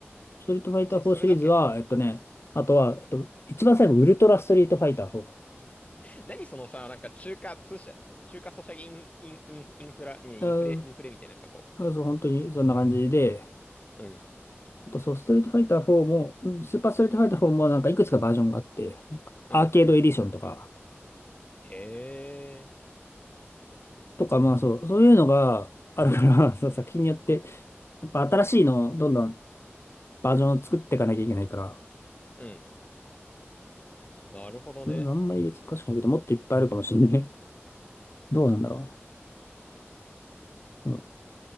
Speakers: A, on the left; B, on the left.
A: ストリートファイター4シリーズは、
B: 別にそれだけ
A: えっとね、あとは、えっと、一番最後、ウルトラストリートファイター4か
B: 何そのさ、なんか中華通社、中華ソシャゲイン、イン、インインフラ、いやインフレ、
A: な。うん、
B: インフレみたいな、なんかこ
A: そう、そう本当にそんな感じで、
B: う。<laughs> うん、
A: あとそう、ストリートファイター4も、うんスーパーストリートファイター4もなんかいくつかバージョンがあって、
B: うん。
A: アーケードエディションとか、
B: へえ、
A: とか、まあそう、そういうのがあるから、<laughs> そう、作品によって、やっぱ新しいのをどんどんバージョンを作っていかなきゃいけないから、
B: うん。なるほどね。
A: うんあんまり別に詳しくないけど、もっといっぱいあるかもしれない。<laughs> どうなんだろう。うん